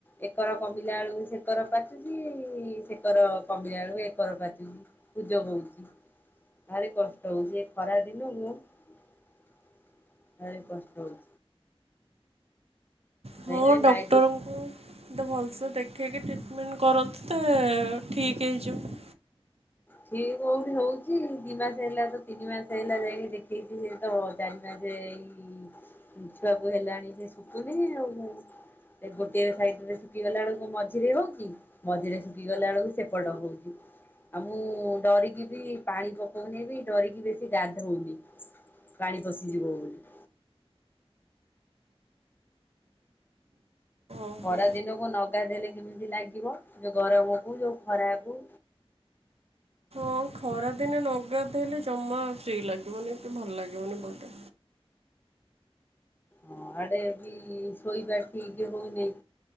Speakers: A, on the left; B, on the right.
A: ଏକର କମିଲା ବେଳୁକୁ ସେକର ପାଚୁଛି ଇ ଇ ସେକର କମିଲା ବେଳୁ ଏକର ପାଚୁଛି। ପୁଜ ବୋଉଚି ଭାରି କ ଷ୍ଟ ହଉଛି ଏଇ ଖରା ଦିନକୁ ଭାରି କଷ୍ଟ ହଉଛି।
B: ହଁ
A: ଏଇନା
B: ଡକ୍ଟରଙ୍କୁ
A: ନାଇଟି
B: ତ ଭଲସେ ଦେଖେଇକି ଟ୍ରିଟମେଣ୍ଟ କରନ୍ତୁ ତ ଅ ଠିକ୍ ହେଇଯିବ।
A: ଠିକ କୋଉଠି ହଉଛି ଦି ମାସ ହେଲା ତ ତିନି ମାସ ହେଇଲା ଯାଇକି ଦେଖେଇଛି ସେ ତ ଚାରି ମାସେ ଏଇ ଏମ୍ ମିଛିବାକୁ ହେଲାଣି ସେ ଶୁଖୁନି ଆଉ। ଏ ଗୋଟିଏ ସାଇଡରେ ଶୁଖିଗଲା ବେଳକୁ ମଝିରେ ହଉଚି। ମଝିରେ ଶୁଖି ଗଲା ବେଳକୁ ସେପଟ ହଉଛି। ଆଉ ମୁଁ ଡରିକି ବି ପାଣି ପକଉନି ବି ଡରିକି ବେଶୀ ଗାଧୋଉନି। ପାଣି ପସିଯିବ ବୋଲି।
B: ଓହୋ
A: ଖରା ଦିନକୁ ନଗାଧେଇଲେ କେମିତି ଲାଗିବ ଯୋଉ ଗରମକୁ ଯୋଉ ଖରାକୁ।
B: ହଁ ଖରାଦିନେ ନଗାଧେଇଲେ ଜମା ଫ୍ରୀ ଲାଗିବନି କି ଭଲ ଲାଗିବନି ବଡ଼ି।
A: ହଁ ଆଡେ ବି ଶୋଇବା ଠିକ ହଉନେଇ।